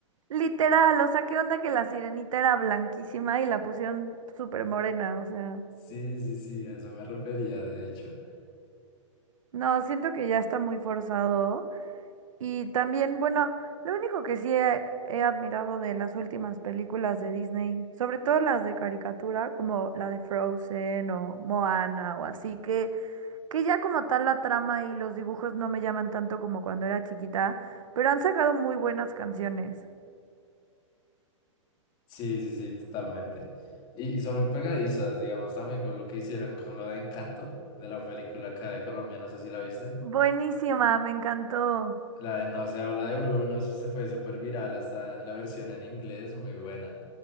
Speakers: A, on the right; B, on the left.
A: Literal, o sea, ¿qué onda que la sirenita era blanquísima y la pusieron súper morena? O sea,
B: Sí, sí, sí, a eso me refería, de hecho.
A: no, siento que ya está muy forzado. Y también, bueno, lo único que sí he, he admirado de las últimas películas de Disney, sobre todo las de caricatura, como la de Frozen o Moana o así, que, que ya como tal la trama y los dibujos no me llaman tanto como cuando era chiquita, pero han sacado muy buenas canciones.
B: Sí, sí, sí, totalmente. Y, y son muy pegadizas, digamos, también con lo que hicieron con lo de Encanto, de la película acá de Colombia, no sé si la viste.
A: Buenísima, me encantó.
B: La de No se habla de Bruno, eso se fue súper viral, hasta la versión en inglés, muy buena.